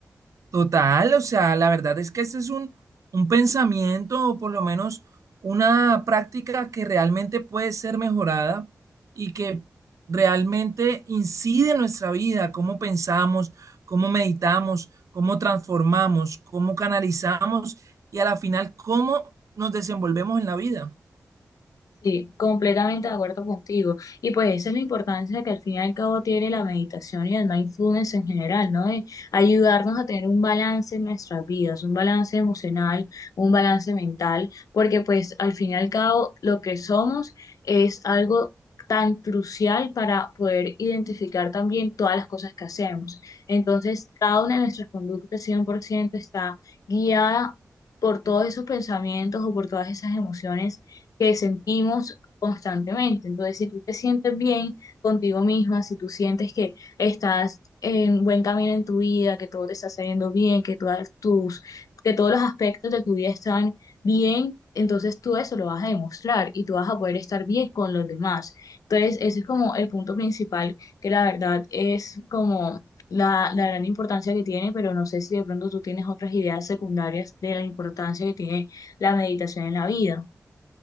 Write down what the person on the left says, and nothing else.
Sí, completamente de acuerdo contigo. Y pues esa es la importancia que al fin y al cabo tiene la meditación y el mindfulness en general, ¿no? De ayudarnos a tener un balance en nuestras vidas, un balance emocional, un balance mental, porque pues al fin y al cabo lo que somos es algo tan crucial para poder identificar también todas las cosas que hacemos. Entonces, cada una de nuestras conductas 100% está guiada por todos esos pensamientos o por todas esas emociones que sentimos constantemente. Entonces, si tú te sientes bien contigo misma, si tú sientes que estás en buen camino en tu vida, que todo te está saliendo bien, que todas tus, que todos los aspectos de tu vida están bien, entonces tú eso lo vas a demostrar y tú vas a poder estar bien con los demás. Entonces, ese es como el punto principal, que la verdad es como la, la gran importancia que tiene, pero no sé si de pronto tú tienes otras ideas secundarias de la importancia que tiene la meditación en la vida.